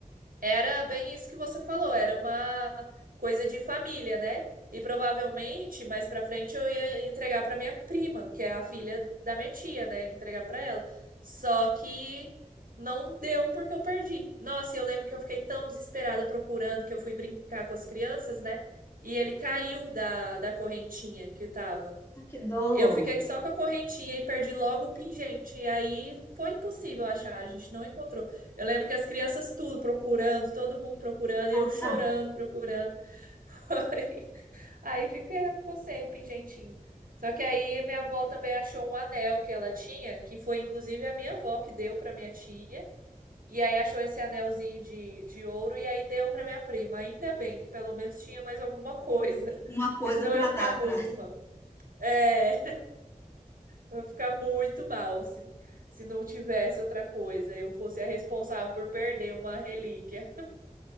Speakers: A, on the right; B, on the left.
A: era bem isso que você falou, era uma coisa de família, né? E provavelmente mais pra frente eu ia entregar pra minha prima, que é a filha da minha tia, né? Entregar pra ela. Só que não deu porque eu perdi. Nossa, e eu lembro que eu fiquei tão desesperada procurando que eu fui brincar com as crianças, né? E ele caiu da, da correntinha que tava.
B: Ah, Que dó.
A: Eu fiquei só com a correntinha e perdi logo o pingente. E aí foi impossível achar, a gente não encontrou. Eu lembro que as crianças tudo procurando, todo mundo procurando, e eu
B: Ah,
A: chorando, procurando. <laughs> Foi. Aí fica, ficou sem o pingentinho. Só que aí minha avó também achou um anel que ela tinha, que foi inclusive a minha avó que deu para minha tia. E aí achou esse anelzinho de, de ouro e aí deu para minha prima. Ainda bem que pelo menos tinha mais alguma coisa, <laughs>
B: uma coisa
A: porque senão
B: para
A: eu ia ficar
B: dar
A: muito
B: para
A: mal. É. Eu ia ficar muito mal se, se não tivesse outra coisa. Eu fosse a responsável por perder uma relíquia.